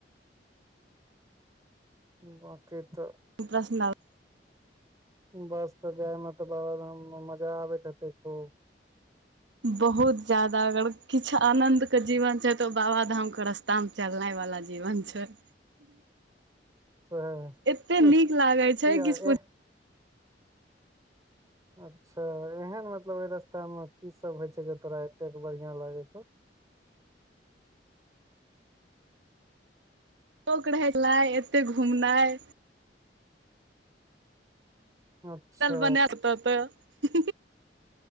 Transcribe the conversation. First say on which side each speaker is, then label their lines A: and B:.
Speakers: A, on the right (about 20°); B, on the right (about 80°).
A: बाँकी तऽ
B: प्रश्नल
A: बस तऽ जाय मे तऽ बाबाधाम मे मजा आबैत हेते खूब
B: बहुत जदा अगर किछु आनंद के जीवन छै तो ओ बाबा धाम के रास्ता ताम चलनाय वाला जीवन छै
A: स
B: एते
A: की
B: नीक लागे छै
A: ह
B: किछु
A: ए अच्छा एहन मतलब ओहि रास्तामे की सब होय छै जे तोरा एतेक बढ़िआँ लागै छौ
B: शौक रहयके लायएते घुमनाइ
A: अच्छा
B: बना देत तऽ